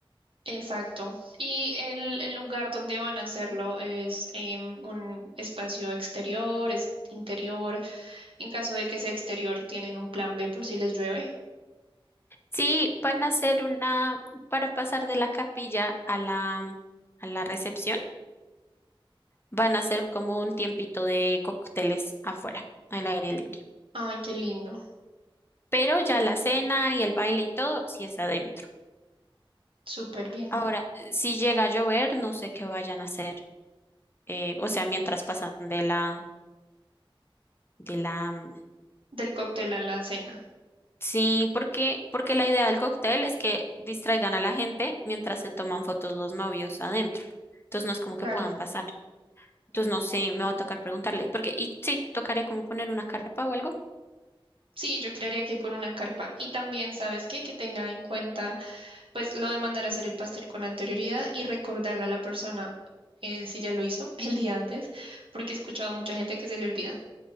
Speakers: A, on the right; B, on the left.
A: Exacto. Y el, el lugar donde van a hacerlo es em, un espacio exterior, es interior. En caso de que sea exterior, tienen un plan B por si les llueve.
B: Sí, van a hacer una, para pasar de la capilla a la, a la recepción, van a hacer como un tiempito de cócteles afuera, al aire libre.
A: Ay, qué lindo.
B: Pero ya la cena y el baile y todo, sí es adentro.
A: Súper bien.
B: Ahora, si llega a llover, no sé qué vayan a hacer. eh, o sea, mientras pasan de la, de la, mm,
A: Del cóctel a la cena.
B: sí, porque, porque la idea del cóctel es que distraigan a la gente mientras se toman fotos los novios adentro. Entonces no es como
A: Claro.
B: que puedan pasar. Entonces no sé, me va a tocar preguntarle, porque, y sí, tocaría como poner una carpa o algo.
A: Sí, yo creería que con una carpa. Y también, ¿sabes qué? Que tenga en cuenta, pues, lo de mandar a hacer el pastel con anterioridad y recordarle a la persona, eh, si ya lo hizo el día antes, porque he escuchado a mucha gente que se le olvida.